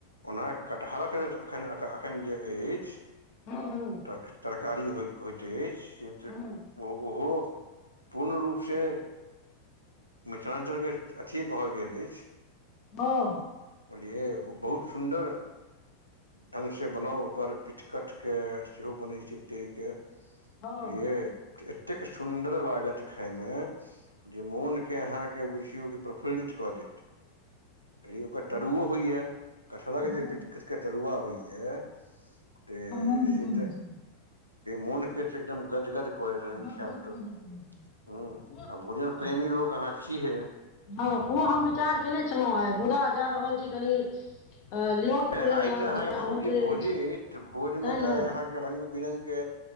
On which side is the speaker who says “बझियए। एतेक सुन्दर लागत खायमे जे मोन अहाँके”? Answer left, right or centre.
Right